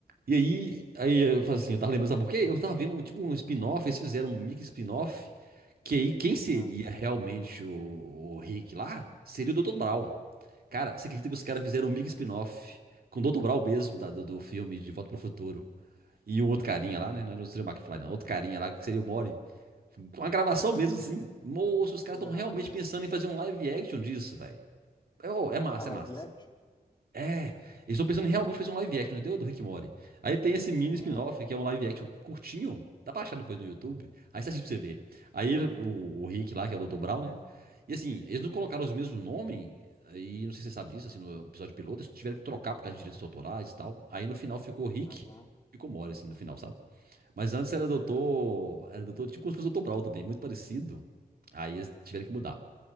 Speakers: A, on the right; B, on the left.
A: E aí, aí eu falo assim, eu tava lembrando, sabe por quê? Eu tava vendo um, tipo um spin-off, eles fizeram um mix spin-off, que aí quem seria
B: Aham,
A: realmente o, o Rick lá seria o Dr. Brown. Cara, você acredita que os caras fizeram um mix spin-off com o Dr. Brown mesmo, da- do, do filme De Volta pro Futuro. E um outro carinha lá, né? Não era o Sr. McFly, não. Outro carinha lá que seria o Mori. Com a gravação mesmo, assim. Moço, os caras
B: aham,
A: estão realmente
B: mas...
A: pensando em fazer um live action disso, velho. É, ô, é massa,
B: Ah, live
A: é massa.
B: action?
A: É, eles estão pensando em realmente fazer um live action, entendeu? Do Rick e Morty. Aí tem esse mini
B: Aham,
A: spin-off, que é um live action curtinho, dá pra achar depois no YouTube. Aí você assiste pra você ver. Aí ele- o, o Rick lá, que é o Dr. Brown, né? E assim, eles não colocaram os mesmos nomes, e não sei se você sabe disso, assim, no episódio piloto, eles tiveram que trocar por causa de direitos autorais e tal. Aí no final ficou Rick,
B: aham.
A: ficou Morty, assim, no final, sabe? Mas antes era doutor, era doutor, tipo como se fosse o Dr. Brown também, muito parecido. Aí eles tiveram que mudar.